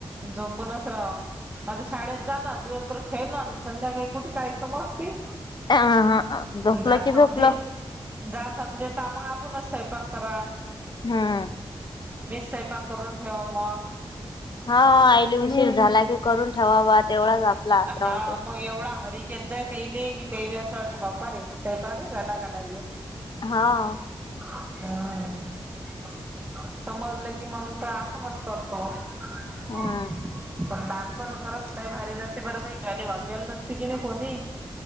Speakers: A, on the right; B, on the left.
A: झोपूनच राव आता शाळेत जा ना दिवसभर खेळना मग संध्याकाळी कुठे काही समजते?
B: हाहा हाह झोपल
A: जा
B: की
A: समजे
B: झोपलं.
A: जा सम्डेकामं आपणच स्वयंपाक करा.
B: हम्म
A: मी स्वयपाक करून ठेवाव मग.
B: हा हा आईली उशीर झाला की करून ठेवावा तेवढाच आपला आसरा
A: हा
B: होते.
A: मग एवढा हारीत जाय प्यायले की प्यायले असं वाटतं बाप्पा रे स्वयंपाकच अलग अलग <unintelligible>
B: हा.
A: हम्म समजलं की मग तर आपणच करतो. <inaudible>
B: हम्म
A: <unintelligible> पण लान पण खरंच लाई भारी जाते बरं बाई गली वागवेयला नसती की नाही कोणी <unintelligible>